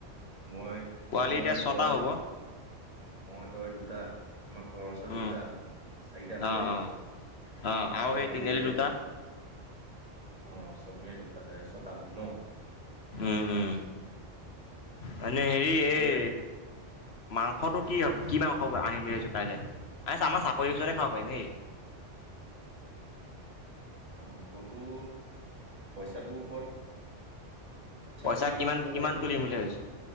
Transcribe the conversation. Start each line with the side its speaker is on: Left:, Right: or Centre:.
Right: মই
Left: পোৱালি
Right: মই
Left: এতিয়া ছটা
Right: তই
Left: হ'ব
Right: মই তই দুটা আমাৰ ঘৰ ওচৰত
Left: উম
Right: দুটা চাৰিটা হ'লেই
Left: অ
Right: তাৰ
Left: অ অ আৰু
Right: পাছত
Left: সেই তিনিআলি
Right: এই
Left: দুটা
Right: অ চবিৰে দুটা ছটা হ'ল ন? <unintelligible>
Left: উম উম মানে হেৰি
Right: এইদৰে
Left: এই মাংসটো কি কি মাংস আনিম বুলি ভাবিছ কাইলৈ, আ আমাৰ চাপৰিৰ ওচৰৰে খাব পাৰি দেই <inaudible>
Right: মাংসটো পইচাটোৰ ওপৰত
Left: পইচা
Right: কিমানকে
Left: কিমান
Right: তোলো
Left: কিমান
Right: বা এতিয়া
Left: তুলিম বুলি ভাবিছ?